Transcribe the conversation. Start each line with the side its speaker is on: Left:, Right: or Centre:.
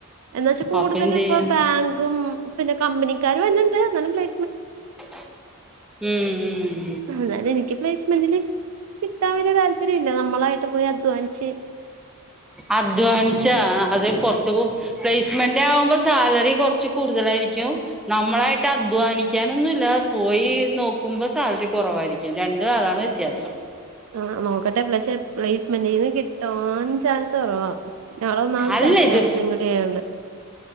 Right: എന്ന വെച്ച കൂടുതലും
Centre: അപ്പൊ എന്ത് ചെയ്യും
Right: ഇപ്പൊ ബാങ്കും പിന്നെ കമ്പനിക്കാരും എന്നെുണ്ട് എന്നാലും പ്ലേ
Centre: <unintelligible> ഉം ഉം
Right: എന്നാല് എനിക്ക് പ്ലേസ്മെന്റില് കിട്ടാൻ വലിയ താല്പര്യം നമ്മളായിട്ട് പോയി അദ്വാനിച്ച്
Centre: അധ്വാനിച്ചാ അത് പുറത്ത് പോ പ്ലേസ്മെന്റ് ആകുമ്പോ സാലറി കൊറച്ച് കൂടുതലായിരിക്കും നമ്മളായിട്ട് അധ്വാനിക്കാനൊന്നുംല്ല പോയി നോക്കുമ്പോ സാലറി കുറവ അരിക്കും രണ്ടും അതാണ് വ്യത്യാസം
Right: ആഹ് നോക്കട്ടെ പ്ലക്ഷെ പ്ലേസ്മെൻ്റീന്ന് കിട്ടാൻ ചാൻസ് കുറവാ. ഞങ്ങളൊന്നാമത്
Centre: അല്ല
Right: സെൽഫിനാൻസിംങ്ങൂടി
Centre: ഇത്
Right: ചെയ്യണ്ട്.